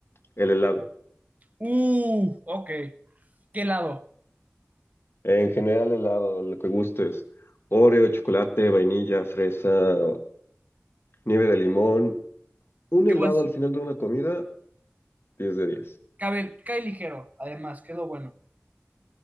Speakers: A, on the left (about 55°); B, on the right (about 30°).
A: el helado.
B: Uh, ok. ¿Qué lado?
A: En general, helado, lo que gustes. Oreo, chocolate, vainilla, fresa, nieve de limón. Un
B: Yo
A: helado
B: así,
A: al final de una comida, 10 de 10.
B: cabe, cae ligero, además, que es lo bueno.